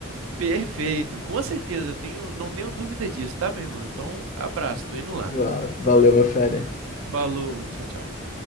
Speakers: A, on the right; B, on the left.
A: Perfeito. Com certeza, eu tenho, não tenho dúvidas disso, tá, meu irmão? Então, abraço, tô
B: <laughs>
A: indo lá.
B: Suave. Valeu, meu fera.
A: Falou, tchau, tchau.